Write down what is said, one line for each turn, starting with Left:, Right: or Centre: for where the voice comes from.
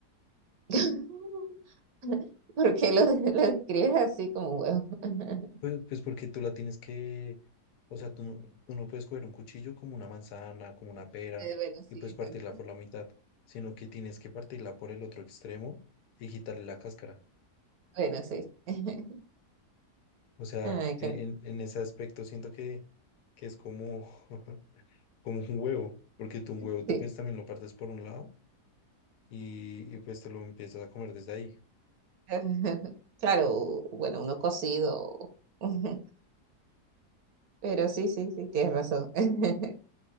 Right: <laughs> ¿Por qué lo, lo describes así como un huevo? <laughs>
Left: Pues, pues porque tú la tienes que, o sea, tú no, tú no puedes coger un cuchillo como una manzana, como una pera,
Right: Eh, bueno,
Left: y
Right: sí,
Left: pues
Right: exacto.
Left: partirla por la mitad, sino que tienes que partirla por el otro extremo y quitarle la cáscara.
Right: Bueno, sí. <laughs>
Left: O sea,
Right: Ay,
Left: en,
Right: qué-
Left: en- en ese aspecto siento que, que es como, <laughs> como un huevo, porque tú un huevo
Right: bueno,
Left: ta-
Right: sí.
Left: pues también lo partes por un lado y, y pues te lo empiezas a comer desde ahí.
Right: <laughs> Claro, bueno, uno cocido, <laughs> pero sí, sí, sí, tienes razón. <laughs>